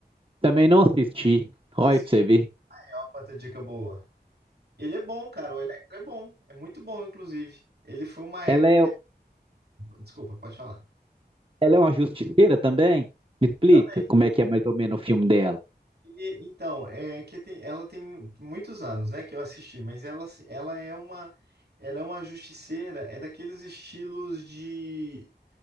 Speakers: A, on the right; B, on the right.
A: Também não assisti. Olha
B: Eu assisti,
A: pra você ver.
B: é uma puta dica boa. Ele é bom, cara. O Electra é bom. É muito bom, inclusive. Ele foi uma época
A: Ela é,
B: que. Desculpa, pode falar.
A: ela é uma justiceira também? Me explica
B: Também.
A: como é que é mais ou menos o filme dela.
B: Ele- então, é que tem- ela tem muitos anos, né, que eu assisti, mas ela, se- ela é uma. Ela é uma justiceira, é daqueles estilos de.